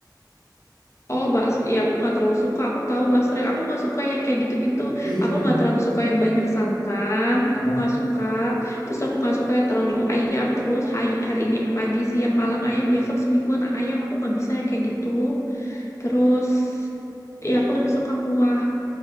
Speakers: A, on the left (about 40°); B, on the right (about 70°).
A: Oh bas, ya aku nggak terlalu suka. Aku tahu basreng. Aku nggak suka yang kayak gitu-gitu.
B: Iya, iya.
A: Aku nggak terlalu suka yang banyak santan. Aku
B: Hmm.
A: nggak suka. Terus aku nggak suka yang terlalu ayam terus hari, hari ini pagi siang malam ayam besok semingguan ayam. Aku nggak bisa yang kayak gitu. Terus ya aku lebih suka kuah